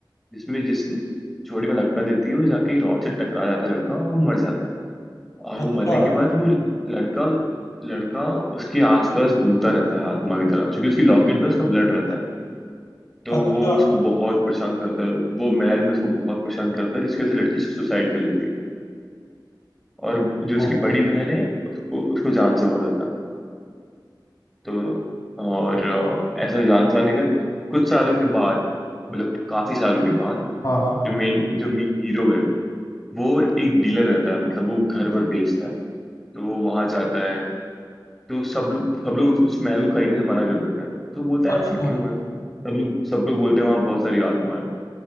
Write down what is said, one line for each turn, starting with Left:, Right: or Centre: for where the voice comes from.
Centre: जिसमें जिस चोटी में धक्का देती है वो जाके एक रॉड से टकरा जाता है लड़का और वो मर जाता है और
Left: अच्छा
Centre: वो मरने के बाद वो लड़का लड़का उसके आसपास घूमता रहता है आत्मा की तरह क्योंकि उसकी लॉकेट में उसका ब्लड रहता है तो
Left: अच्छा
Centre: वो उसको बहुत परेशान करता है वो महल में उसको बहुत परेशान करता है जिसकी वजह से लड़की सुसाइड कर लेती है और जो
Left: हो
Centre: उसकी बड़ी बहन है उसको उसको जान से मार देता है तो और अ, ऐसा जान से मारने का कुछ सालों के बाद मतलब काफी सालों के बाद
Left: हाँ हाँ
Centre: जो मेन जो मेन हीरो है वो एक डीलर रहता है मतलब वो घर पर बेचता है तो वो वहां जाता है तो सब लोग सब लोग उस उस महल को खरीदने से मना कर देते हैं तो बोलता है
Left: अच्छा
Centre: ऐसा क्यों है सब लोग सब लोग बोलते हैं वहां बहुत सारी आत्मा है